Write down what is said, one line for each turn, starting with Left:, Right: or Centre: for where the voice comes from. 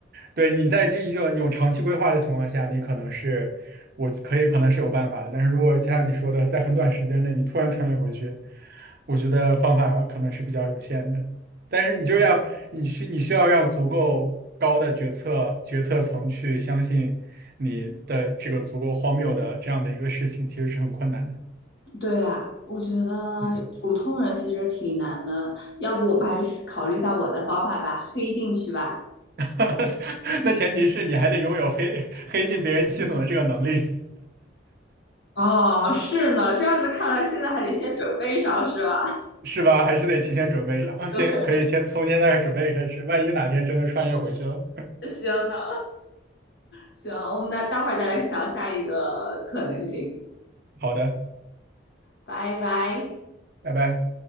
Right: 对你在这一种有长期规划的情况下，你可能是我可以可能是有办法的，但是如果就像你说的，在很短时间内你突然穿越回去，我觉得方法可能是比较有限的。但是你就要你需你需要让足够高的决策决策层去相信，你的这个足够荒谬的这样的一个事情，其实是很困难的。
Left: 对呀，我觉得普通人其实挺难的，
Right: 嗯，
Left: 要不我们还是考虑一下我的方法吧，黑进去吧。
Right: <laughs> 那前提是你还得拥有黑黑进别人系统的这个能力，
Left: 哦，是呢，这样子看来，现在还得先准备上，是吧？
Right: 是吧？还是得提前准备上，
Left: <laughs>
Right: 啊先可以先从现在准备开始，
Left: 对，
Right: 万一哪天真的穿越回去了。
Left: 行呢，行，我们那待会儿再来想下一个可能性，
Right: <laughs> 好的，
Left: 拜拜。
Right: 拜拜。